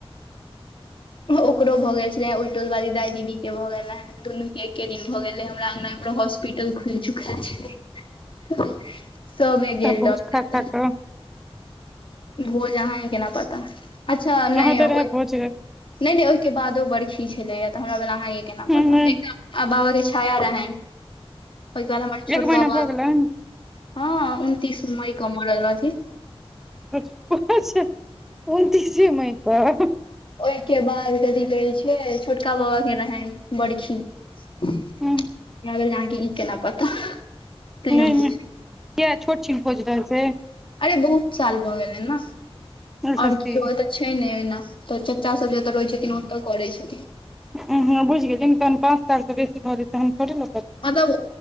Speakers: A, in the centre; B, on the left (about 55°).
A: <inaudible>
B: ओकरो भऽ गेल छले ओहि टोल वाली दाइ दीदी के भऽ गेल हे दुनू के एके दिन भऽ गेलै हमरा अंगना हॉस्पिटल खुल चुकल छलै सबमे
A: सब
B: गेल
A: भोज
B: डॉक्टर
A: खा खा कऽ
B: भोज अहाँके केना पता अच्छा नहि
A: अहाँ तऽ
B: ओहि
A: रहै भोज ह
B: नइ नइ ओइके बादो बरखी छलैए तऽ हमरा भेल अहाँके केना
A: ह
B: पता एक आ बाबा के छाया रहैन ओहिके बाद हमर छोटका
A: एक महीना
B: बाब
A: भऽ गेलै
B: हँ उनतीस मई के मरल रहथि
A: अच्छा उनतीसे मई क
B: ओहिके बाद कथी कहै छै छोटका बाबा के रहै बड़खी ग
A: नहि
B: अहाँके ई केना पता तै हम
A: नहि
B: पुछ
A: किया छोट छीन खोज रह छै
B: अरे बहुत साल भऽ गेलै ने
A: अच्छा
B: और
A: से
B: की हो छै नइ ओना तऽ चाचा सब जतऽ रहै छथिन ओतऽ करै छथिन
A: हँ बुझि गेलिय तह पाँच सालसँ बेसी भऽतै तहन थोड़े लोक तऽ
B: मतलब